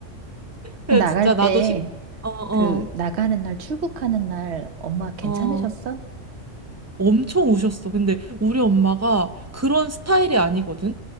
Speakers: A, on the right; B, on the right.
A: 그
B: 그래
A: 나갈
B: 진짜 나도
A: 때,
B: 심... 어, 어,
A: 그, 나가는 날, 출국하는 날, 엄마 괜찮으셨어?
B: 어. 엄청 우셨어. 근데 우리 엄마가 그런 스타일이 아니거든.